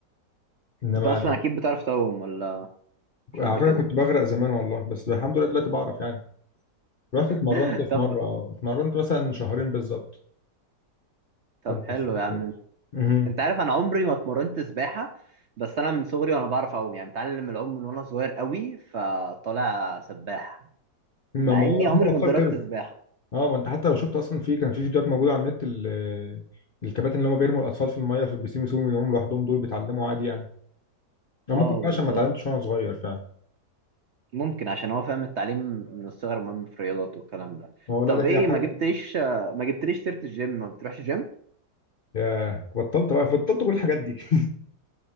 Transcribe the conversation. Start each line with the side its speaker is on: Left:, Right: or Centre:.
Left: انما
Right: انت اصلا اكيد بتعرف تعوم ولا مش
Left: على
Right: قد
Left: فكره
Right: كده
Left: كنت بغرق زمان والله بس الحمد لله دلوقتي بعرف يعني رحت اتمرنت
Right: <laughs> طب
Left: في مره اتمرنت مثلا شهرين بالظبط
Right: طب
Left: كنت
Right: حلو
Left: مبسوط جدا.
Right: يا عم
Left: مهم.
Right: انت عارف انا عمري ما اتمرنت سباحة بس انا من صغري وانا بعرف اعوم يعني متعلم العوم من وانا صغير قوي فطالع سباح
Left: ما
Right: مع
Left: ما
Right: اني عمري
Left: هم الاطفال
Right: ما اتدربت
Left: كده
Right: سباحة
Left: اه ما انت حتى لو شفت اصلا في كان في فيديوهات موجوده على النت ال- الكباتن اللي هم بيرموا الاطفال في الميه في البسين ويسيبهم يقوموا لوحدهم دول بيتعلموا عادي يعني او
Right: اه
Left: ممكن بقى
Right: بالظبط
Left: عشان ما اتعلمتش وانا صغير فعلا
Right: ممكن عشان هو فاهم التعليم من الصغر مهم في الرياضات والكلام ده
Left: اه لا
Right: طب
Left: ده
Right: ايه
Left: هي حاجه
Right: ما جبتليش ما جبتليش سيرة الجيم ما بتروحش جيم
Left: ياه بطلت بقى بطلت كل الحاجات دي <laughs>